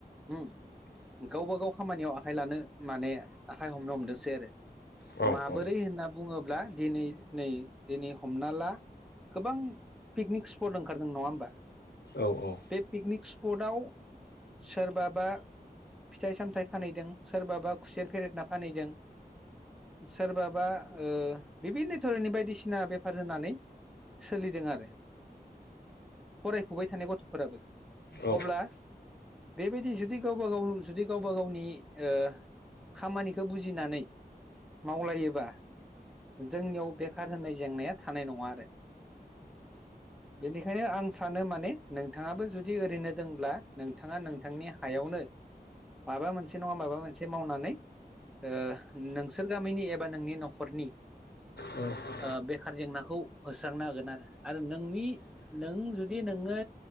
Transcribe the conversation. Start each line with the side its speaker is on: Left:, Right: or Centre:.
Centre: ओम गावबागाव खामानियाव आखाइ लानो माने आखाइ हमनो हमदोंसै आरो
Left: औ
Centre: माबोरै
Left: औ औ
Centre: होनना बुङोब्ला दिनै नै दिनै हमना ला। गोबां पिकनिक स्पट ओंखारदों नङा होमबा।
Left: औ औ
Centre: बे पिकनिक स्पटाव सोरबाबा फिथाइ सामथाइ फानहैदों सोरबाबा खुसेर फेरेदना फानहैदों। सोरबाबा ओ बिभिन्न धरनि बायदिसिना बेफार होनानै सोलिदों आरो फरायफुबाय थानाय गथ'फोराबो
Left: औ
Centre: अब्ला बेबायदि जुदि गावबा गाव जुदि गावबा गावनि ओ खामानिखौ बुजिनानै मावलायोबा जोंनियाव बेखार होननाय जेंनाया थानाय नङा आरो बेनिखायनो आं सानो माने नोंथाङाबो जुदि ओरैनो दंब्ला नों नोंथाङा नोंथांनि हायावनो माबा मोनसे नङा माबा मोनसे मावनानै ओ नोंसोर गामिनि एबा नोंनि न'खरनि
Left: औ
Centre: आ बेखार जेंनाखौ होस्रांनो हागोन आरो आरो नोंनि नों जुदि नोङो